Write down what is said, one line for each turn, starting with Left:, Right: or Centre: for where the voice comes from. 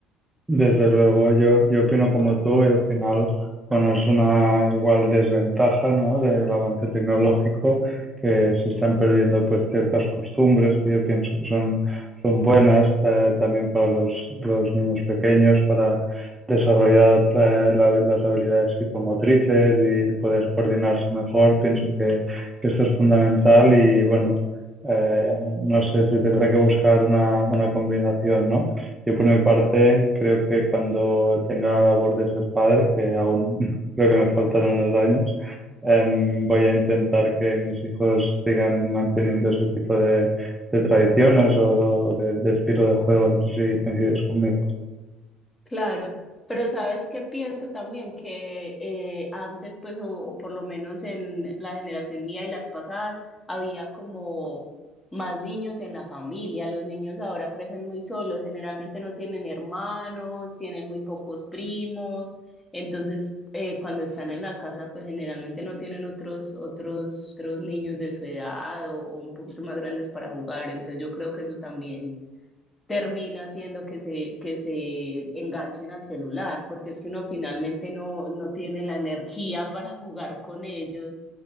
Right: Desde luego, yo, yo opino como tú y al final, bueno, es una igual desventaja, ¿no? del avance tecnológico que se están perdiendo pues ciertas costumbres que yo pienso que son, son buenas eh, también para los, los niños pequeños, para desarrollar eh, la- las habilidades psicomotrices y poder coordinarse mejor. Pienso que, que esto es fundamental y bueno, eh, no sé, se tendrá que buscar una, una combinación, ¿no? Yo por mi parte creo que cuando tenga la labor de ser padre, que aún <laughs> creo que me faltan unos años, em, voy a intentar que mis hijos sigan manteniendo ese tipo de, de tradiciones o de, de estilo de juego. No sé si coincides conmigo.
Left: Claro, pero sabes qué pienso también que eh, antes, pues, o, o por lo menos en la generación mía y las pasadas, había como más niños en la familia. Los niños ahora crecen muy solos, generalmente no tienen hermanos, tienen muy pocos primos. Entonces, eh, cuando están en la casa, pues generalmente no tienen otros, otros, otros niños de su edad o o un poquito más grandes para jugar. Entonces, yo creo que eso también termina haciendo que se, que se enganchen al celular, porque es que uno finalmente no, no tiene la energía para jugar con ellos